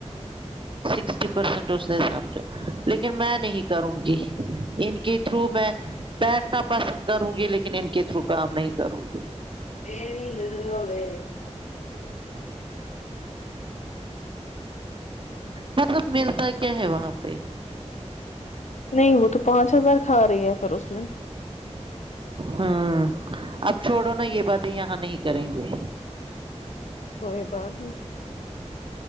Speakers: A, on the right; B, on the left.
A: سکسٹی پرسٹ اس سمجھا لیکن میں نہیں کروں گی ان کے تھرو میں بیٹھنا پسند کروں گی لیکن ان کے تھرو کام نہیں کروں گی
B: <unintelligible>
A: مطلب ملتا کیا ہے وہاں پہ
B: نہیں وہ تو پانچ ہزار کھا رہی ہے پھر اس میں
A: ہاں اب چھوڑو نا یہ باتیں یہاں نہیں کریں گے
B: صحیح بات ہے